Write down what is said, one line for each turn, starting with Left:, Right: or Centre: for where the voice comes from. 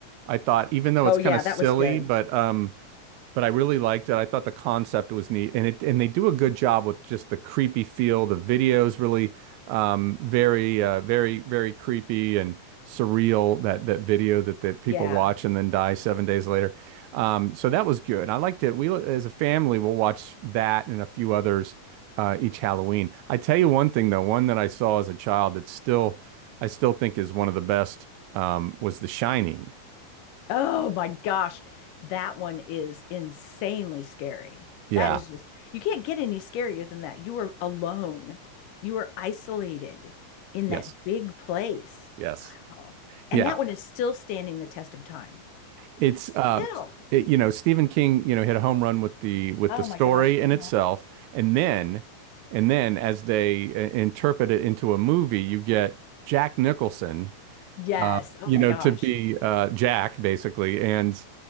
Right: I thought even though
Left: Oh
Right: it's kind
Left: yeah,
Right: of silly,
Left: that was good.
Right: but um but I really liked it. I thought the concept was neat, and it and they do a good job with just the creepy feel. The videos really um, very uh, very very creepy and surreal. That that video that that people
Left: Yeah.
Right: watch and then die seven days later. Um, so that was good. I liked it. We as a family will watch that and a few others uh, each Halloween. I tell you one thing though, one that I saw as a child that still I still think is one of the best um, was The Shining.
Left: Oh my gosh. That one is insanely scary.
Right: Yeah.
Left: That is just you can't get any scarier than that. You were alone. You were isolated in
Right: Yes.
Left: that big place.
Right: Yes.
Left: Oh,
Right: Yeah,
Left: and that one is still standing the test of time.
Right: it's
Left: Still.
Right: uh it, you know Stephen King you know hit a home run with the with
Left: Oh
Right: the story
Left: my gosh. Yeah.
Right: in itself and then and then as they uh, interpret it into a movie you get Jack Nicholson
Left: Yes.
Right: uh
Left: Oh
Right: you
Left: my
Right: know
Left: gosh.
Right: to be uh Jack basically and